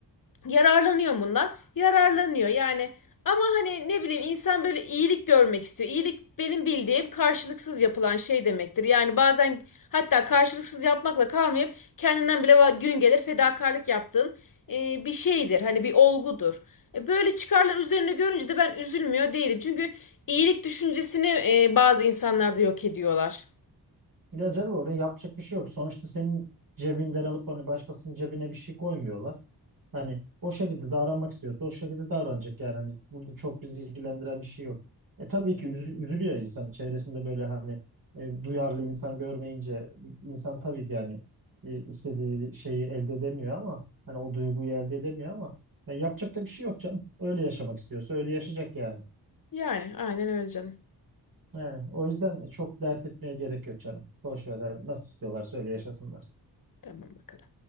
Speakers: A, on the left (about 55°); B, on the right (about 55°).
A: Yararlanıyor bundan. Yararlanıyor yani. Ama hani ne bileyim insan böyle iyilik görmek istiyor. İyilik benim bildiğim karşılıksız yapılan şey demektir. Yani bazen hatta karşılıksız yapmakla kalmayıp kendinden bile va- gün gelir fedakarlık yaptığın e, bir şeydir. Hani bir olgudur. E, böyle çıkarlar üzerine görünce de ben üzülmüyor değilim. Çünkü iyilik düşüncesini e, bazı insanlar da yok ediyorlar.
B: Ya canım orada yapacak bir şey yok. Sonuçta senin cebinden alıp hani başkasının cebine bir şey koymuyorlar. Hani o şekilde davranmak istiyorsa o şekilde davranacak yani. Hani burada çok bizi ilgilendiren bir şey yok. E tabii ki üzü- üzülüyor insan çevresinde böyle hani e, duyarlı insan görmeyince insan tabii ki yani e, istediği şeyi elde edemiyor ama hani o duyguyu elde edemiyor ama ya yapacak da bir şey yok canım. Öyle yaşamak istiyorsa öyle yaşayacak yani.
A: Yani aynen öyle canım.
B: Yani o yüzden çok dert etmeye gerek yok canım. Boş ver. yani Nasıl istiyorlarsa öyle yaşasınlar.
A: Tamam bakalım.